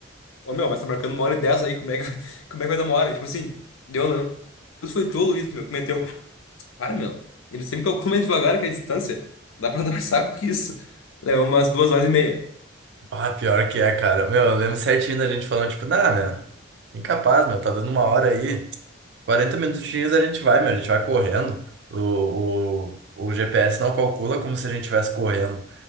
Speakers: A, on the left; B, on the right.
A: ô, meu, mas tá marcando uma hora e dez aí, como é que, <laughs> como é que vai dar uma hora? E, tipo assim, deu, não. Isso foi tu, Luiz, meu, que meteu. Para, meu. Ele sempre calcula mais devagar que a distância. Dá pra andar mais rápido que isso. Levou umas duas horas e meia.
B: Ah, pior que é, cara. Meu, eu lembro certinho da gente falando, tipo, nah, meu, incapaz, meu, tá dando uma hora aí. quarenta minutinhos a gente vai, meu, a gente vai correndo. O, o, o GPS não calcula como se a gente estivesse correndo.